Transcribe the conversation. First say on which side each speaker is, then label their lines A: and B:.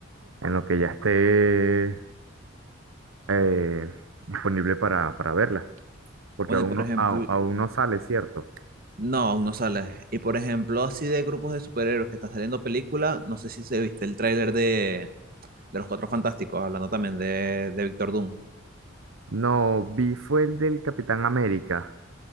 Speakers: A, on the right (about 85°); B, on the right (about 45°).
A: en lo que ya esté eh, disponible para, para verla, porque
B: Bueno,
A: aún
B: y por
A: no,
B: ejemplo,
A: au- aún no sale, ¿cierto?
B: No, aún no sale. Y por ejemplo, así de grupos de superhéroes que están saliendo películas, no sé si se viste el tráiler de, de Los Cuatro Fantásticos, hablando también de, de Doctor Doom.
A: No, vi fue el del Capitán América.